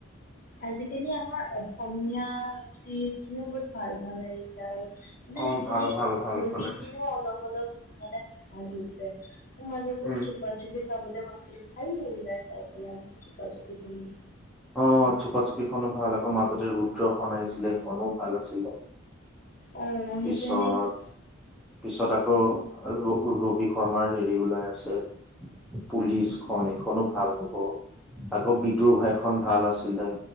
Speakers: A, on the left; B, in the centre.
A: আজিকালি আমাৰ অসমীয়া চিৰিজখিনিও বহুত ভাল, ভাল আহিছে আৰু। মানে
B: অ
A: সেইখিনি
B: ভাল ভাল ভাল
A: মুভিখিনিও
B: ভাল আহিছে
A: অলপ, অলপ মানে ভাল হৈছে। আকৌ মাজতে
B: উম
A: চুপা চুপি চাবলে মন গৈছিলোঁ, ভাল লাগিলে চাই পেলাই চুপা চুপিখনো।
B: অ চোপা চুপি খনো ভাল আকৌ মাজতে ৰুদ্ৰখন আহিছিলে এখনো ভাল আছিলে।
A: অ' সেই
B: পিছত
A: তেনেকে
B: পিছত আকৌ ৰু ৰোবি শৰ্মাৰ হেৰি ওলাই আছে। পুলিচ খন এইখনো ভাল হ'ব আকৌ বিদুৰ ভাই খন ভাল আছিলে।